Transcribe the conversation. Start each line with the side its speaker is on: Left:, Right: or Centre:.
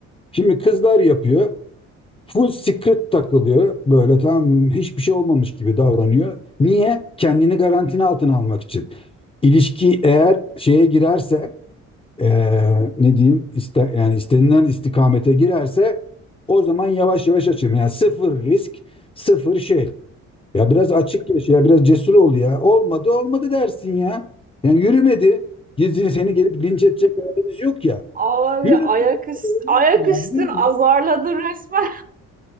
Left: Şimdi kızlar yapıyor. Full secret takılıyor. Böyle tam hiçbir şey olmamış gibi davranıyor. Niye? Kendini garantinin altına almak için. İlişki eğer şeye girerse eee, ne diyeyim iste, yani istenilen istikamete girerse o zaman yavaş yavaş açayım. Yani sıfır risk, sıfır şey. Ya biraz açık yaşa, ya biraz cesur ol ya. Olmadı, olmadı dersin ya. Yani yürümedi. Gizli seni gelip linç edecek halimiz yok ya.
Right: Abi
Left: Yürümedi.
Right: ayak üstü,
Left: Olmaz
Right: ayak
Left: mı ya?
Right: üstü
Left: Yürüme.
Right: azarladın resmen.